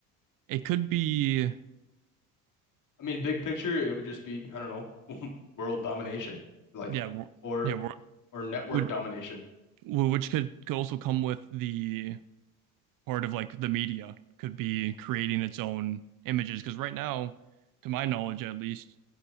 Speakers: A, on the right; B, on the left.
A: it could be
B: I mean, big picture, it would just be, I don't know, <laughs> world domination, like
A: Yeah, w-
B: or
A: yeah, w-
B: or network
A: would
B: domination.
A: w- which could, could also come with the part of like the media could be creating its own images because right now, to my knowledge at least,